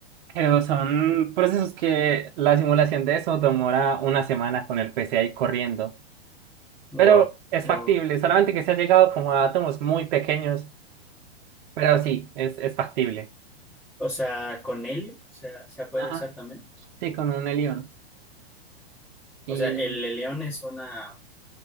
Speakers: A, on the right; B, in the centre.
A: pero son procesos que la simulación de eso demora una semana con el p c i corriendo,
B: Wow,
A: pero es
B: wow.
A: factible, solamente que se ha llegado como a átomos muy pequeños, pero sí, es, es factible.
B: O sea, con helio se, ha- se ha podido
A: Ajá,
B: usar también.
A: sí, con un helión.
B: O
A: Y,
B: sea, el helión es una,